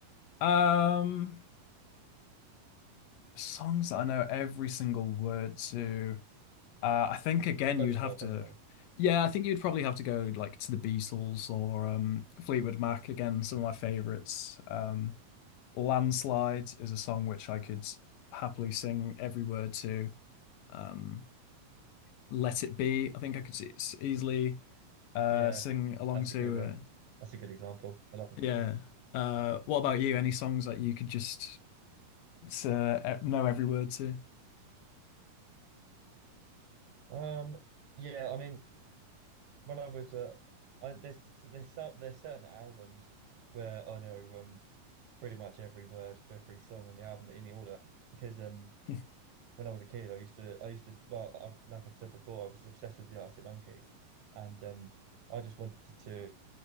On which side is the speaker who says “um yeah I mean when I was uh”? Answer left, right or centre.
Right